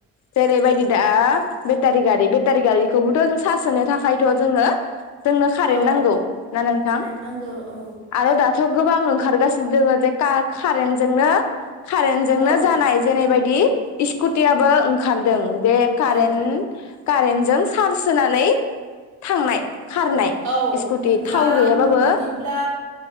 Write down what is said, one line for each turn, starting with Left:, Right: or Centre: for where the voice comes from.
Left: जेरैबायदि दा बेटारि गारि बेटारि गारिखौबोथ' जों सार्स होनो थाखायथ' जोङो जोंनो कारेन्ट
Right: औ
Left: नांगौ ना नोंथां
Right: कारेन्ट नांगौ औ
Left: आरो दाथ' गोबां ओंखारगासिनो दोङो जे का कारेन्टजोंनो कारेन्ट नो
Right: औ
Left: जानाय जेनैबायदि स्कुटियाबो ओंखारदों बे कारेन
Right: औ
Left: कारेनजों चार्ज होनानै थांनाय खारनाय
Right: औ
Left: स्कुटि
Right: नोंथां
Left: थाव गैयाबाबो औ
Right: बिदिब्ला